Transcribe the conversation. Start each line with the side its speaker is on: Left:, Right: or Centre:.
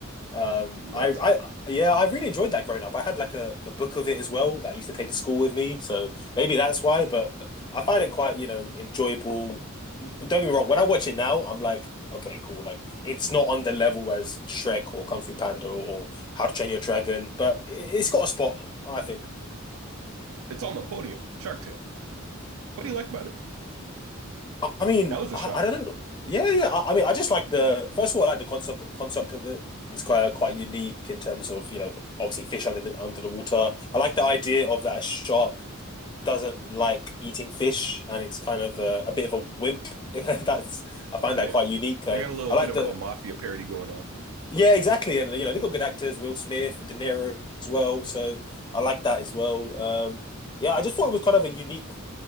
Left: Um,
Right: What?
Left: I, I, yeah, I really enjoyed that growing up. I had like a the book of it as well that I used to take to school with me, so maybe that's why. But I find it quite, you know, enjoyable. Don't get me wrong. When I watch it now, I'm like, okay, cool. Like it's not on the level as Shrek or Kung Fu Panda or How to Train Your Dragon, but it- it's got a spot, I think.
Right: It's on the podium. Shark Tale. What do you like about it?
Left: I mean,
Right: That was a
Left: I,
Right: shock.
Left: I don't know. Yeah, yeah. I, I mean, I just like the first of all, I like the concept concept of it. It's quite uh, quite unique in terms of you know obviously fish under the, under the water. I like the idea of that shark doesn't like eating fish and it's kind of a, a bit of a wimp. <laughs> That's I find
Right: Yeah,
Left: that quite unique and
Right: they got a little
Left: I like
Right: bit of
Left: the
Right: a mafia parody going on.
Left: yeah exactly and you know they got good actors Will Smith, De Niro as well. So I like that as well. Um, yeah, I just thought it was kind of a unique